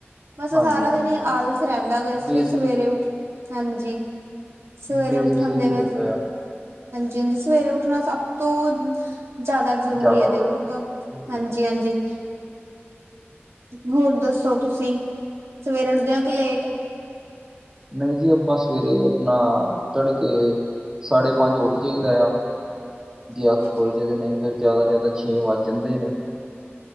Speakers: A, on the right; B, on the right.
A: ਬਸ
B: ਹਾਂਜੀ-ਹਾਂਜੀ,
A: ਸਾਰਾ ਦਿਨ ਈ
B: ਹਾਂਜੀ।
A: ਆਲਸ ਰਹਿੰਦਾ ਵਾ ਇਸ
B: ਡੇਜ਼ੀ
A: ਲਈ ਸਵੇਰੇ ਉੱਠ, ਹਾਂਜੀ। ਸਵੇਰੇ
B: ਡੇਜ਼ੀ
A: ਉਠਨ
B: ਸਹੀ
A: ਦੇ ਬਸ।
B: ਰਹਿੰਦਾ ਆ,
A: ਕਹਿੰਦੇ ਸਵੇਰੇ ਉੱਠਣਾ ਸਭ ਤੋਂ, ਜ਼ਿਆਦਾ ਜ਼ਰੂਰੀ
B: ਜ਼ਿਆਦਾ
A: ਹੈ ਦੇਖੋ,
B: ਬੈਸਟ ਜੀ।
A: ਹਾਂਜੀ-ਹਾਂਜੀ। ਹੋਰ ਦੱਸੋ ਤੁਸੀਂ ਸਵੇਰੇ ਉੱਠਦੇ ਔ ਕਿ ਲੇਟ?
B: ਨਹੀਂ ਜੀ ਆਪਾਂ ਸਵੇਰੇ ਅਪਣਾ ਤੜ ਕੇ, ਸਾਢੇ ਪੰਜ ਉੱਠ ਜਾਇਦਾ ਆ।
A: ਠੀਕ
B: ਜੇ ਅੱਖ
A: ਹੈ
B: ਖੋਲ੍ਹ
A: ਜੀ
B: ਜੇ ਤੇ ਨਹੀ ਫੇਰ ਜ਼ਿਆਦਾ ਤੋ ਜ਼ਿਆਦਾ ਛੇ ਵੱਜ ਜਾਂਦੇ ਨੇ।